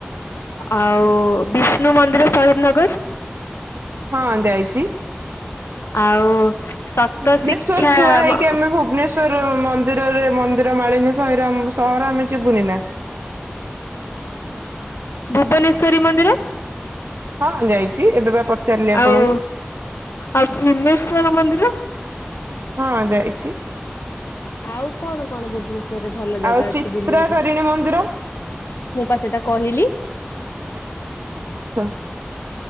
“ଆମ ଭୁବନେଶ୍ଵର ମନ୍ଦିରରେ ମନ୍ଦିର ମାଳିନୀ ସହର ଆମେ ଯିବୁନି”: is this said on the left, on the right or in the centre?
Right